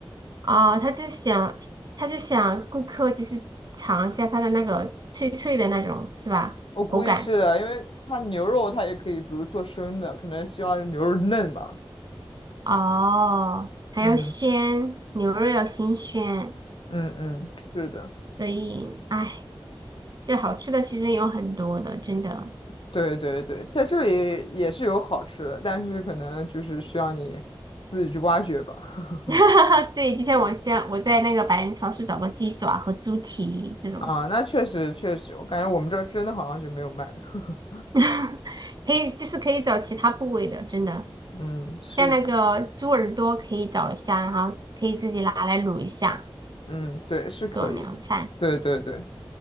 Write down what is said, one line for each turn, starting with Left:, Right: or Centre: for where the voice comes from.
Right: 哦，他就想，他就想顾客就是尝一下它的那个脆脆的那种，是吧？
Left: 我估计是的，
Right: 口感。
Left: 因为它牛肉它也可以，比如做生的，可能希望牛肉嫩吧。
Right: 哦，还要鲜，
Left: 嗯
Right: 牛肉要新鲜，
Left: 嗯嗯，是的。
Right: 所以，哎。这好吃的其实有很多的，真的。
Left: 对对对，在这里也是有好吃的，但是可能就是需要你自己去挖掘吧。
Right: <laughs> 对，就像我像我在那个百人超市找个鸡爪和猪蹄这种，
Left: <laughs> 啊，那确实确实，我感觉我们这儿真的好像就没有卖的。<laughs>
Right: <laughs> 可以就是可以找其他部位的，真的。
Left: 嗯，是的，
Right: 像那个猪耳朵可以找一下，然后可以自己拿来卤一下，
Left: 嗯，对，是可以的。
Right: 做凉菜。
Left: 对对对，